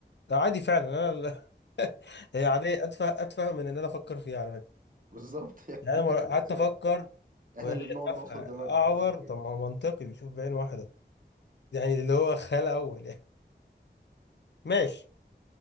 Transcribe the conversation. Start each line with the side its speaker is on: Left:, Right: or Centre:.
Left: ده عادي فعلا انا ال- <laughs> هي عادية اتفه اتفه من ان انا افكر فيها على فكرة
Right: بالظبط يعني
Left: يعني انا ما-
Right: <laughs>
Left: قعدت
Right: ده سؤال
Left: افكر وهي
Right: احنا اللي بنقعد
Left: تافهة
Right: نعصر دماغنا
Left: اعور
Right: مش عارف ليه
Left: طب ما هو منطقي بيشوف بعين واحدة يعني اللي هو خال اول يعني ماشي